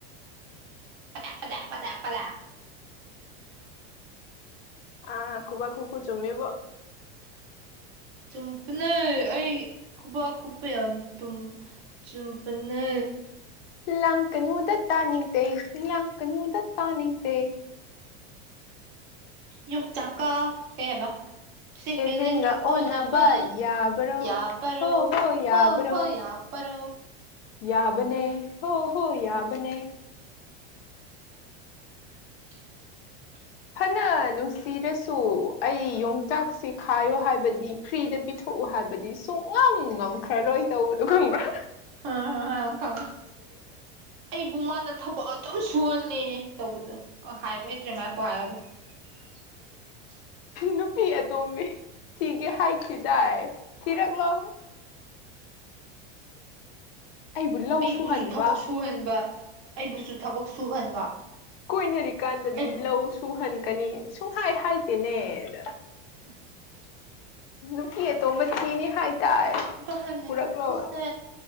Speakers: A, on the right; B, on the left.
A: <unintelligible>
B: ꯑ ꯈꯨꯕꯥꯛ ꯈꯨꯈꯨ ꯆꯨꯝꯃꯤꯕꯨ
A: ꯆꯨꯝꯄꯅꯦ ꯑꯩ ꯈꯨꯕꯥꯛ <unintelligible> ꯆꯨꯝꯄꯅꯦ
B: ꯂꯪꯀꯅꯨꯗꯇꯥ ꯇꯅꯤꯡꯇꯦ ꯂꯪꯀꯅꯨꯗ ꯇꯅꯤꯡꯇꯦ
A: ꯌꯣꯡꯆꯥꯛꯀ ꯀꯩ ꯍꯥꯏꯕ ꯁꯦꯀꯦꯟ
B: ꯍꯦꯟꯒ
A: ꯂꯦꯟꯒ ꯑꯣꯟꯅꯕ
B: ꯌꯥꯕ꯭ꯔꯣ
A: ꯌꯥꯕꯔꯣ
B: ꯍꯣ ꯌꯥꯕ꯭ꯔꯣ
A: ꯍꯣ ꯍꯣ ꯌꯥ ꯄꯔꯣ
B: ꯌꯥꯕꯅꯦ ꯍꯣ ꯍꯣ ꯌꯥꯕꯅꯦ
A: <unintelligible>
B: ꯐꯅ ꯅꯨꯡꯁꯤꯔꯁꯨ ꯑꯩ ꯌꯣꯡꯆꯥꯛꯁꯤ ꯈꯥꯏꯌꯣ ꯍꯥꯏꯕꯗꯤ ꯐ꯭ꯔꯤꯗ ꯄꯤꯊꯣꯛꯎ ꯍꯥꯏꯕꯗꯤ ꯁꯨꯡꯉꯝ ꯉꯝꯈ꯭ꯔꯔꯣꯏ ꯇꯧꯕꯗꯣ ꯈꯪꯕ꯭ꯔꯥ
A: <unintelligible> ꯑꯩꯕꯨ ꯃꯥꯅ ꯊꯕꯛ ꯑꯗꯨꯝ ꯁꯨꯍꯜꯂꯅꯦ ꯇꯧꯕꯗ ꯍꯥꯏꯕ ꯍꯩꯇ꯭ꯔꯦ ꯃꯥꯏꯀꯣ ꯍꯥꯏꯒꯗꯣ <unintelligible>
B: ꯅꯨꯄꯤ ꯑꯇꯣꯝꯕꯤ ꯊꯤꯒꯦ ꯍꯥꯏꯈꯤꯗꯥꯏ ꯊꯤꯔꯛꯂꯣ ꯑꯩꯕꯨ ꯂꯧ
A: ꯑꯩꯕꯨꯁꯨ
B: ꯁꯨꯍꯟꯕ
A: ꯊꯕꯛ ꯁꯨꯍꯟꯕ ꯑꯩꯕꯨꯁꯨ ꯊꯕꯛ ꯁꯨꯍꯟꯕ
B: ꯀꯣꯏꯅꯔꯤꯀꯥꯟꯗꯗꯤ
A: ꯑꯩꯕꯨ
B: ꯂꯧ ꯁꯨꯍꯟꯀꯅꯤ ꯁꯨꯡꯍꯥꯏ ꯍꯥꯏꯇꯦꯅꯦꯗ
A: <unintelligible>
B: ꯅꯨꯄꯤ ꯑꯇꯣꯕ ꯊꯤꯅꯤ ꯍꯥꯏꯇꯥꯥꯏ
A: ꯑꯄꯥ ꯍꯥꯟꯅ
B: ꯄꯨꯔꯛꯂꯣ
A: ꯆꯠꯁꯦ